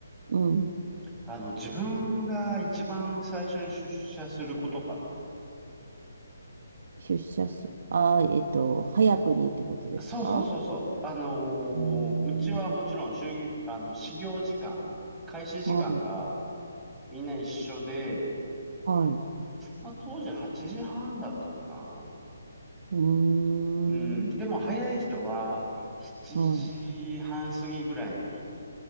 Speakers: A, on the right; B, in the centre.
A: うん。
B: あの、自分が一番最初に出社することかな。
A: 出社す、あー、えっと、早くにってことですか
B: そうそうそうそう。あのーうちはもちろん、
A: うーんは
B: 就業あの、始業時間、開始時間が
A: い。
B: みんな一緒で、
A: はい。
B: まあ、当時8時半だったかな。
A: うーん。
B: うん、でも早い人は7時半過ぎぐらいに
A: はい。